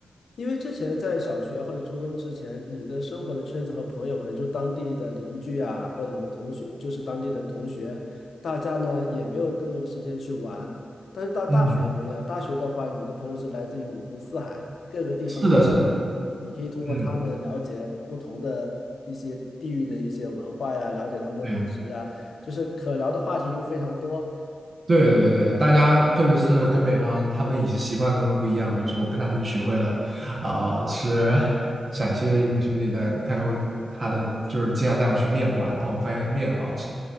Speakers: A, on the left (about 75°); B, on the right (about 60°).
A: 因为之前在小学或者初中之前，你的生活的圈子和朋友可能就当地的邻居啊，或者什么同学，就是当地的同学，大家呢也没有更多的时间去玩。但是到大学不一样，
B: 嗯，
A: 大学的话，你的朋友是来自于五湖四海，各个地方的都有，
B: 是的，是的，
A: 你可以通过他们了解不同的一些地域的一些文化呀，
B: 嗯，
A: 了解他们的美食呀，
B: 对。
A: 就是可聊的话题又非常多
B: 对对对，大家特别是跟北方，他们饮食习惯跟我们不一样。比如说，我跟他们就学会了啊、吃陕西的一个兄弟，
A: 啊，
B: 他他会他的就是经常带我去面馆，然后我发现面很好吃，